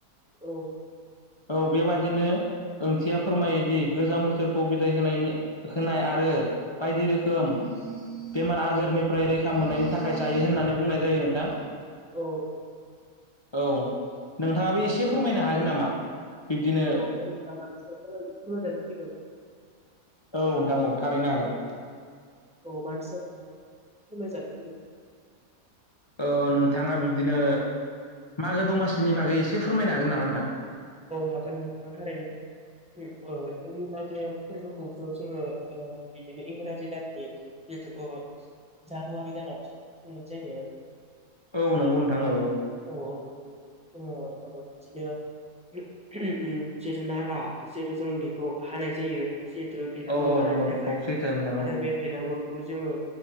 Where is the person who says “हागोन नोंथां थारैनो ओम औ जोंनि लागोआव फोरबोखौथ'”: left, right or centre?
Centre